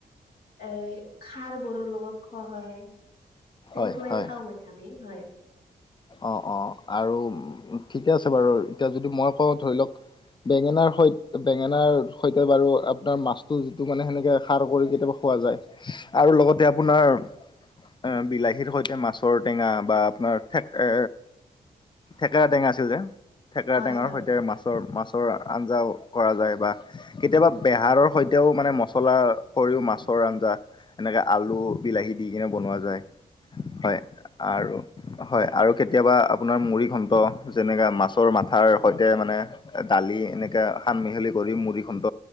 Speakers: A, on the left (about 70°); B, on the left (about 25°).
A: এ খাৰবোৰৰ লগত খোৱা হয় তেনেকুৱাই
B: হয় হয়
A: খাওঁ মানে আমি হয়।
B: অ অ আৰু ঠিকে আছে বাৰু এতিয়া যদি মই কওঁ ধৰি লওক বেঙেনাৰ সৈ বেঙেনাৰ সৈতে বাৰু আপোনাৰ মাছটো যিটো মানে সেনেকে সাৰ কৰি কেতিয়াবা পোৱা যায় আৰু লগতে আপোনাৰ এ বিলাহীৰ সৈতে মাছৰ টেঙা বা আপোনাৰ ফেক- এ থেকেৰা টেঙা আছে যে থেকেৰা
A: হয়
B: টেঙাৰ
A: হয়
B: সৈতে মাছৰ মাছৰ আঞ্জাও কৰা যায় বা কেতিয়াবা বেহাৰৰ সৈতেও মানে মছলা কৰিও মাছৰ আঞ্জা, এনেকে আলু, বিলাহী দি কিনে বনোৱা যায় হয় আৰু হয় আৰু কেতিয়াবা আপোনাৰ মুড়ি ঘণ্ট যেনেকে মাছৰ মাথাৰ সৈতে মানে দালি এনেকে সান মিহলি কৰি মুড়ি ঘন্ট